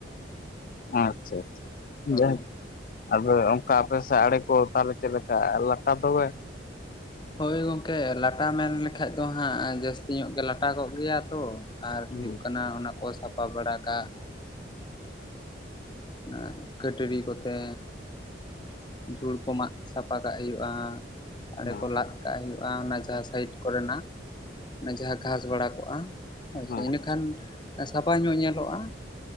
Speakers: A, on the left (about 45°); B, on the left (about 25°).
A: ᱟᱪᱷᱟ ᱟᱪᱷᱟ
B: ᱦᱳᱭ
A: ᱡᱷᱟ ᱟᱫᱚ ᱚᱱᱠᱟ ᱟᱯᱮ ᱥᱮ ᱟᱲᱮ ᱠᱚ ᱛᱟᱦᱚᱞᱮ ᱪᱮᱫ ᱞᱮᱠᱟ ᱞᱟᱴᱟ ᱫᱚᱢᱮ?.
B: ᱦᱳᱭ ᱜᱚᱝᱠᱮ ᱞᱟᱴᱟ ᱢᱮᱱ ᱞᱮᱠᱷᱟᱱ ᱫᱚ ᱦᱟᱸᱜ ᱡᱟᱹᱥᱛᱤ ᱧᱚᱜ ᱜᱮ ᱞᱟᱴᱟ ᱠᱚᱜ ᱜᱮᱭᱟ ᱛᱚ᱾ ᱟᱨ
A: ᱦᱩᱸ
B: ᱦᱩᱭᱩᱜ ᱠᱟᱱᱟ ᱚᱱᱟ ᱠᱚ ᱥᱟᱯᱟ ᱵᱟᱲᱟ ᱠᱟᱜ᱾ <unintelligible> ᱟᱜ ᱠᱟᱹᱴᱟᱹᱨᱤ ᱠᱚᱛᱮ ᱡᱷᱩᱲ ᱠᱚ ᱢᱟᱸᱜ ᱥᱟᱯᱟ ᱠᱟᱜ ᱦᱩᱭᱩᱜᱼᱟ᱾ ᱟᱲᱮ
A: ᱦᱩᱸ
B: ᱠᱚ ᱞᱟᱸᱜ ᱠᱟᱜ ᱦᱩᱭᱩᱜᱼᱟ ᱚᱱᱟ ᱡᱟᱦᱟᱸ ᱥᱟᱭᱤᱰ ᱠᱚᱨᱮᱱᱟᱜ᱾ ᱚᱱᱮ ᱡᱟᱦᱟᱸ ᱜᱷᱟᱸᱥ ᱵᱟᱲᱟ ᱠᱚᱜᱼᱟ ᱦᱳᱭᱥᱮ
A: ᱦᱩᱸ
B: ᱤᱱᱟᱹᱠᱷᱟᱱ ᱥᱟᱯᱷᱟ ᱧᱚᱜ ᱧᱮᱞᱚᱜᱼᱟ